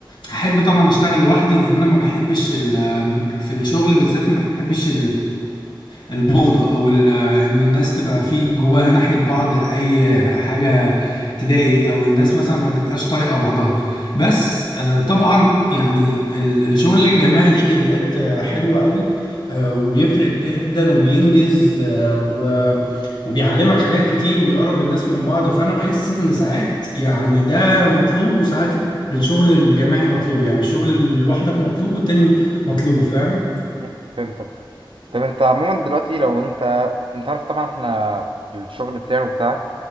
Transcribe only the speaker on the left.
هحب طبعا اشتغل لوحدي لان انا ما بحبش ال- في الشغل بالذات ما بحبش البغضة او ال- انه الناس تبقى في جواها ناحية بعض اي حاجة تضايق او الناس مثلا ما تبقاش طايقة بعضها بس آه، طبعا يعني ال- الشغل الجماعي ليه ايجابيات آه، حلوة قوي آه، وبيفرق جدا وبينجز آه، و وبيعلمك حاجات كتير وبيقرب الناس من بعض فانا بحس ان ساعات يعني ده مطلوب وساعات الشغل الجماعي مطلوب يعني الشغل لوحدك مطلوب والتاني مطلوب فاهم